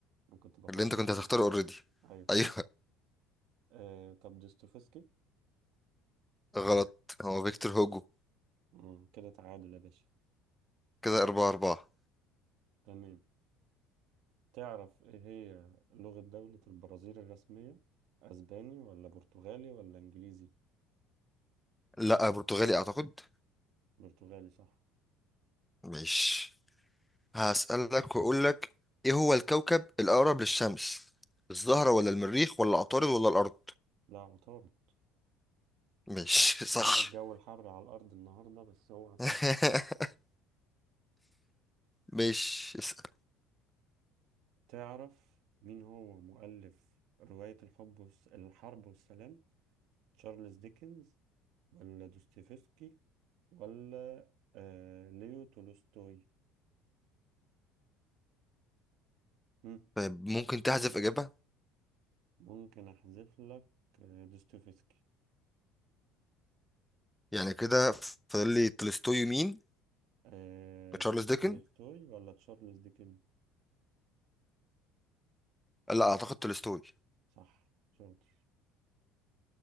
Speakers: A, on the right; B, in the centre.
A: أنا كنت بفكر
B: اللي أنت كنت
A: فيه
B: هتختاره أوريدي
A: أيوه
B: أيوة.
A: آه طب دوستويفسكي
B: غلط هو فيكتور هوجو
A: مم، كده تعادل يا باشا
B: كده أربعة أربعة
A: تمام تعرف ايه هي لغة دولة البرازيل الرسمية اسباني ولا برتغالي ولا انجليزي
B: لا برتغالي أعتقد
A: برتغالي صح
B: ماشي هسألك وأقول لك إيه هو الكوكب الأقرب للشمس الزهرة ولا المريخ ولا عطارد ولا الأرض
A: لا عطارد
B: ماشي <laughs> صح
A: مع ان الجو الحر على الارض النهاردة بس هو عطارد
B: <laughs> ماشي اسأل
A: تعرف مين هو مؤلف رواية الحب والس... الحرب والسلام تشارلز ديكنز ولا دوستويفسكي ولا آه ليو تولستوي مم،
B: طيب ممكن تحذف إجابة
A: ممكن احذف لك آه، دوستويفسكي
B: يعني كده فاضل لي تولستوي مين
A: آه...
B: تشارلز ديكن
A: تولستوي ولا تشارلز ديكن
B: لا أعتقد تولستوي
A: صح شاطر